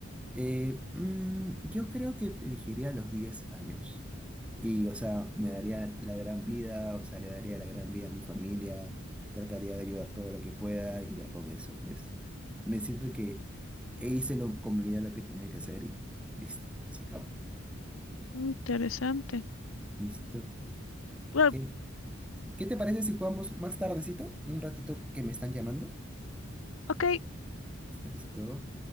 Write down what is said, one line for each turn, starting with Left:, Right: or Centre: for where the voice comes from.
Centre: Eh, mm, yo creo que elegiría los 10 años. Y, o sea, me daría la gran vida, o sea, le daría la gran vida a mi familia, trataría de ayudar todo lo que pueda y ya con eso, pues, me siento que hice lo- con mi vida lo que tenía que hacer y listo, se acabó.
Left: Interesante.
Centre: Listo.
Left: Bueno,
Centre: Eh, ¿qué te parece si jugamos más tardecito? Un ratito que me están llamando.
Left: ok,
Centre: ¿Está listo?